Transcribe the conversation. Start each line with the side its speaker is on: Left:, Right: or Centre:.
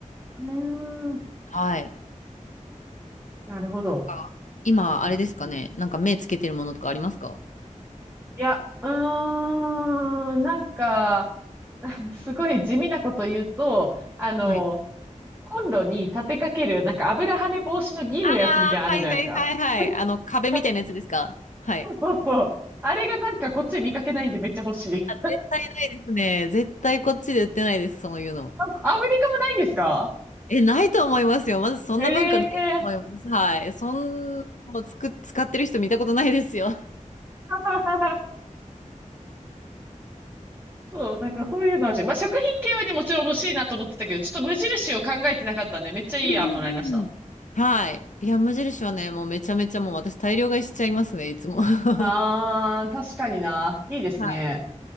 Right: うーん、
Left: はい、
Right: なるほど。
Left: なんか、今、
Right: いいこと
Left: あれですかね。なんか目つけてるものとかありますか
Right: いや、うーん、なんか、<laughs> すごい地味なこと言うと、あの、
Left: はい。
Right: コンロに立てかける、なんか油跳ね防止の銀のやつみたいなのあるじゃないですか。
Left: ああ、はいはいはいはい。あの、壁みたいなやつですかはい。
Right: <laughs> そうそうそう。あれがなんかこっち見かけないんでめっちゃ欲しい。
Left: あ、絶対ないですね。絶対こっちで売ってないです、そういうの。
Right: あアメリカもないんですか
Left: え、ないと思いますよ。まずそんな文化ないと思います。
Right: へえ。
Left: はい。そんなのつく、使ってる人見たことないですよ。
Right: <laughs> そう、なんかそういうのはし、まあ、食品系はね、もちろん欲しいなと思ってたけど、ちょっと無印を考えてなかったんで、めっちゃいい案もらいました。
Left: うんうんうんうん。はい。いや、無印はね、もうめちゃめちゃもう私大量買いしちゃいますね、いつも。<laughs> は
Right: ああ、確かにな。いいですね。
Left: い。